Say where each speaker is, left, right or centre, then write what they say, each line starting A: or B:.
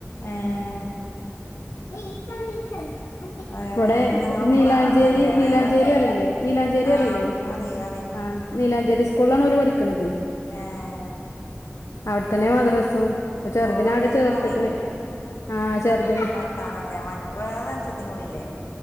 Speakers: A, on the left; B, on the left.
A: ഏഹ്
B: <inaudible> നീ ച
A: വേറെ
B: ഇവിടെ
A: മൂന്ന് നിങ്ങള്
B: നീലാഞ്ചേരി
A: മൂന്നാളാണല്ലോല്ലേ
B: നീലാഞ്ചേരി
A: വേറെ
B: അറിയില്ലേ നീലാഞ്ചേരി
A: ആഹ്
B: അറീല്ലേ
A: അറിയും അറിയും
B: ആ നീലാഞ്ചേരി സ്കൂളിലാാണ്ഓല് പഠിക്ക്ണതേ
A: എഹ്
B: അവിടെത്തന്നെ മദ്രസും ഇപ്പൊ ചെറുതിനെ
A: ഓള്
B: അവിടെ
A: ഇങ്ങനെ
B: ചേർത്ത്ക്ക്ണ്ആഹ
A: പറയും
B: ചെറുത് നെ
A: <unintelligible> മറ്റു വേറെ അനുസത്തിംകൂടില്ലേ